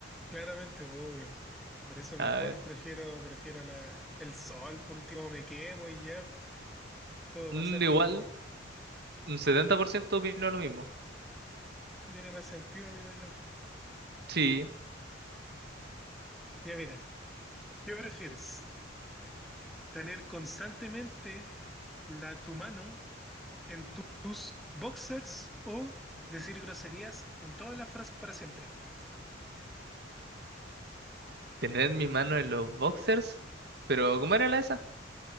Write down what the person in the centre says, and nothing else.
claramente, pues, obvio. Por eso mejor
prefiero, prefiero la, el sol, por último me quemo y ya puedo
pasar
como por...
Tiene más sentido, digo yo.
Ya mira. ¿Qué prefieres? ¿Tener constantemente la, tu mano en tus boxers o decir groserías en todas las frases para siempre?